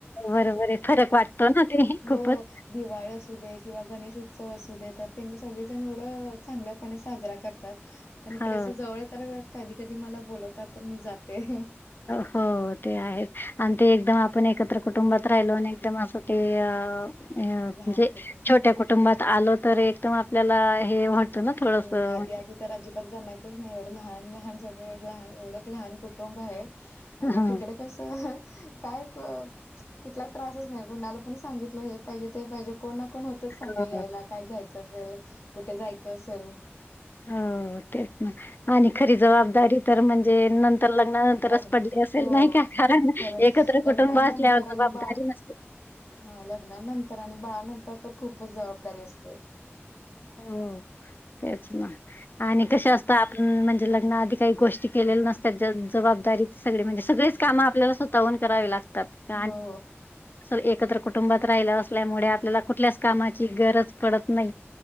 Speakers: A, on the left; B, on the left.
A: बरोबर आहे फरक वाटतो ना तरी हे
B: हो,
A: खूपच
B: दिवाळी अस किंवा गणेश उत्सव असू दे तर त्यांनी सगळेजण एवढं चांगल्यापणे साजरा करतात पण इकडे
A: हो
B: अस जवळ तर कधी कधी मला बोलवतात तर मी जाते
A: हो ते आहेत आणि ते एकदम आपण एकत्र कुटुंबात राहिलो आणि एकदम असं ते अ म्हणजे
B: लहान कुटुंब.
A: छोट्या कुटुंबात आल तर एकदम आपल्याला हे ना थोडंसं
B: हो आधी आधी तर अजिबात गमायचंच नाही एवढं लहान लहान सगळं लहान एवढं एक लहान कुटुंब आहे
A: हं.
B: आणि तिकडे कस काय कुठला त्रासच नाही कोुणाला पण सांगितलं हे पाहिजे ते पाहिजे कोण ना कोण होतच संघ
A: हो.
B: यायला काय घ्यायचं असेल कुठे जायचं असेल
A: हो तेच ना आणि खरी जबाबदारी तर म्हणजे न तर लग्नानंतरच
B: लग्ना
A: पडली असेल
B: हो
A: नाही का कारण
B: खरंच
A: एकत्र
B: लग्नानंतर
A: कुटुंब असल्यावर
B: आणि
A: जबाबदारी
B: बाळ
A: नसते
B: हा लग्नानंतर आणि बाळानंतर तर खूपच जबाबदारी असते
A: हो तेच ना आणि कश
B: हम्म.
A: असत आपण म्हणजे लग्ना आधी काही गोष्टी केलेल्या नसतात जबाबदारी सगळे म्हणजे सगळेच काम आपल्याला सुतवून करावी लागतात
B: हो
A: एकत्र कुटुंबात राहिलं असल्यामुळे आपल्याला कुठल्याच कामाची गरज पडत नाही